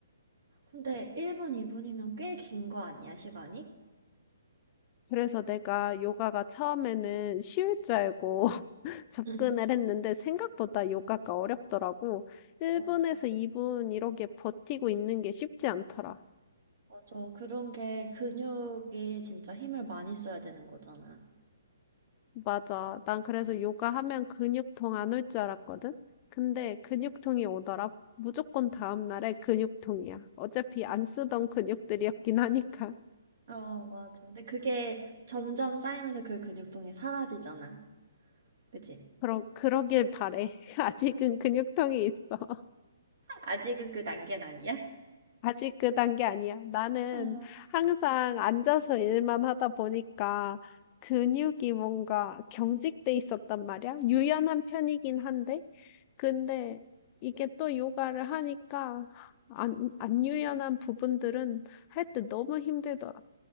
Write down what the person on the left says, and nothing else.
그래서 내가 요가가 처음에는 쉬울 줄 알고 <laughs> 접근을
했는데 생각보다 요가가 어렵더라고. 1분에서
2분 이렇게 버티고 있는 게 쉽지 않더라.
맞아. 난 그래서 요가 하면 근육통 안 올 줄 알았거든. 근데 근육통이 오더라. 무조건 다음 날에 근육통이야. 어차피 안 쓰던 근육들이었긴 하니까.
그러, 그러길 바래. <laughs> 아직은 근육통이 있어.
아직 그 단계 아니야. 나는
항상 앉아서 일만 하다 보니까 근육이 뭔가 경직돼 있었단 말이야. 유연한 편이긴 한데, 근데 이게 또 요가를 하니까 안, 안 유연한 부분들은 할 때 너무 힘들더라.